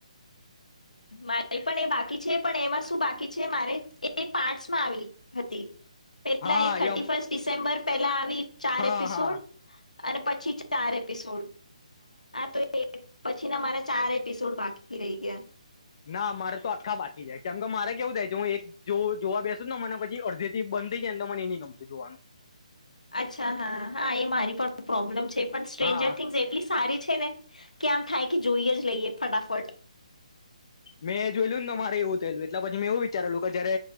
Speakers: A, on the left (about 85°); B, on the left (about 45°).
A: મારી પણ એ બાકી છે. પણ એમાં શું બાકી જે મારે એ પાર્ટસમાં આવી હતી પેલા
B: હા
A: એ થર્ટી
B: એમ
A: ફર્સ્ટ ડિસેમ્બર પેલા આવી. ચાર
B: હા
A: એપિસોડ
B: હા
A: અને પછી ચાર એપિસોડ હા, તો એ પછી ના મારા ચાર એપિસોડ બાકી રહી ગયા.
B: ના મારે તો આખા બાકી છે, કેમ કે મારે કેવું થાય છે હું એક જો જોવા બેસુ ને મને પછી અડધી થી બંધ થઈ જાયને તો મને એ ન ગમતું જોવાનું.
A: અચ્છા. હા. હા. એ મારી પણ પ્રોબ્લેમ છે પણ સ્ટ્રેન્જર
B: હા
A: થિંગ્સ એટલી સારી છે ને કે, આમ થાય કે જોઈએ જ લઈએ ફટાફટ
B: મેં જોયલું ને મારે એવું થયેલું એટલે પછી મેં એવું વિચારેલું કે જયારે